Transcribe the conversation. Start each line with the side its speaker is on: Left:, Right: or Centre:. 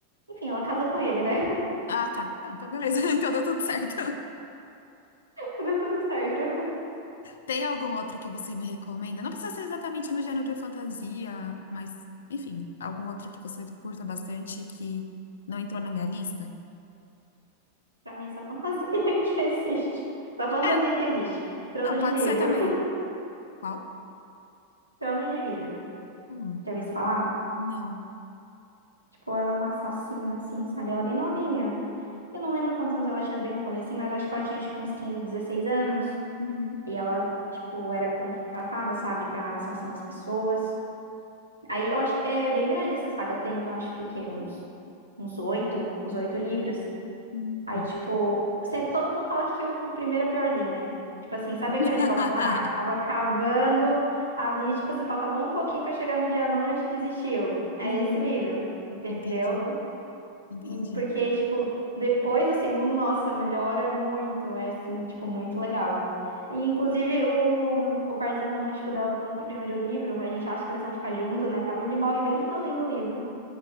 Right: Enfim, ela casa com ele, né?
Left: Ah, tá. Então, então beleza. <laughs> Então deu tudo certo.
Right: <laughs> Deu tudo certo.
Left: Tem algum outro que você me recomenda? Não precisa ser exatamente no gênero de fantasia, mas, enfim, algum outro que você curta bastante e que não entrou na minha lista?
Right: Pra mim é só fantasia <laughs> que existe. Só fantasia
Left: É,
Right: que existe. Trono
Left: não, pode
Right: de vidro.
Left: ser também. Qual?
Right: Trono de vidro.
Left: Hum,
Right: Já ouviu isso falar?
Left: não.
Right: Tipo, ela é uma assassina, assim, sabe? Ela é bem novinha. Eu não lembro quantos anos ela tinha bem no comecinho, mas acho que ela tinha, tipo, uns 15 16 anos.
Left: Uhum.
Right: E ela, tipo, era contratada, sabe? Pra assassinar as pessoas. Aí eu acho que é bem grande essa saga. Tem, eu acho que o quê? Uns, uns oito, uns oito livros.
Left: Uhum.
Right: Aí, tipo, sempre, todo mundo fala que o, o primeiro é o piorzinho, né? Tipo assim, sabe
Left: <laughs>
Right: aquele negócio lá? Tava cavando ali, tipo assim, faltava um pouquinho pra chegar no diamante e desistiu. É
Left: Uhum.
Right: esse livro, entendeu?
Left: Entendi, entendi.
Right: E Porque, tipo, depois do segundo, nossa, melhora muito. É assim, tipo, muito legal. E, inclusive, o, o parzinho romântico dela no primeiro livro, a gente acha que eles vão ficar juntos, né, tal, e ele morre bem no finalzinho do livro.